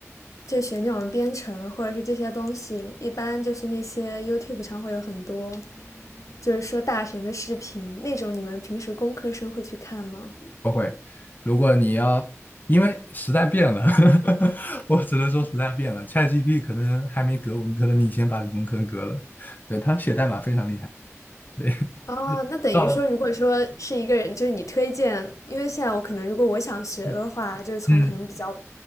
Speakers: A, on the left (about 90°); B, on the left (about 35°).
A: 就学那种编程或者是这些东西，一般就是那些 YouTube 上会有很多，就是说大神的视频那种，你们平时工科生会去看吗？
B: 不会。如果你要，因为时代变了，<laughs> 我只能说时代变了。ChatGPT 可能还没革文科的命，先把理工科革了。对，他写代码非常厉害。对，
A: 哦，那等于说，
B: 到了，
A: 如果说是一个人，就是你推荐，因为现在我可能如果我想学的话，
B: 嗯，
A: 就是从可能比较
B: 嗯